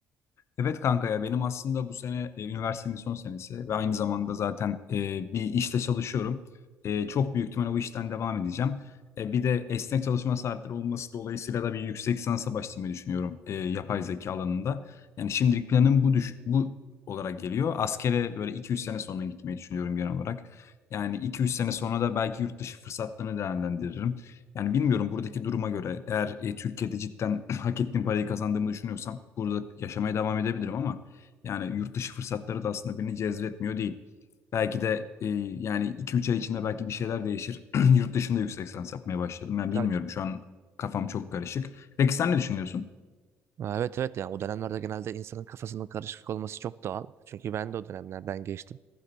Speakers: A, on the left (about 55°); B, on the right (about 50°).
A: Evet kanka ya benim aslında bu sene e, üniversitemin son senesi ve aynı zamanda zaten e, bir işte çalışıyorum. E, çok büyük ihtimal o işten devam edeceğim. E, bir de esnek çalışma saatleri olması dolayısıyla da bir yüksek lisansa başlamayı düşünüyorum e, yapay zeka alanında. Yani şimdilik planım bu düş bu olarak geliyor. Askere böyle iki üç sene sonra gitmeyi düşünüyorum genel olarak. Yani iki üç sene sonra da belki yurt dışı fırsatlarını değerlendiririm. Yani bilmiyorum buradaki duruma göre eğer e, Türkiye'de cidden <clears throat> hak ettiğim parayı kazandığımı düşünüyorsam burada yaşamaya devam edebilirim ama yani yurt dışı fırsatları da aslında beni cezbetmiyor değil. Belki de e, yani iki üç ay içinde belki bir şeyler değişir. <clears throat> Yurt dışında yüksek lisans yapmaya başlarım. Ben bilmiyorum
B: Belki...
A: şu an kafam çok karışık. Peki sen ne düşünüyorsun?
B: Ha, Evet evet yani o dönemlerde genelde insanın kafasının karışık olması çok doğal. Çünkü ben de o dönemlerden geçtim.